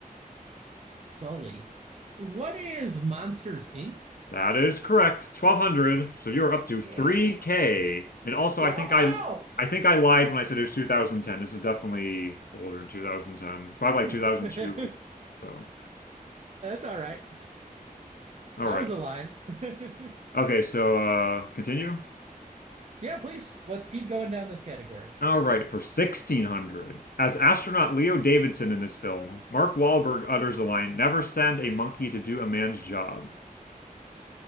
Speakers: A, on the right; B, on the left.
A: Sully. What is Monsters Inc?
B: That is correct. 1200. So you're
A: Oh
B: up to
A: yeah.
B: 3K. And also I
A: Oh,
B: think I I think I lied when I said it was 2010. This is definitely older than 2010. Probably
A: <laughs>
B: like 2002.
A: That's
B: So,
A: all right.
B: all
A: I
B: right.
A: was alive. <laughs>
B: Okay, so uh continue.
A: yeah, please. Let's keep going down this category.
B: All right, for 1600. As astronaut Leo Davidson in this film, Mark Wahlberg utters the line, "Never send a monkey to do a man's job."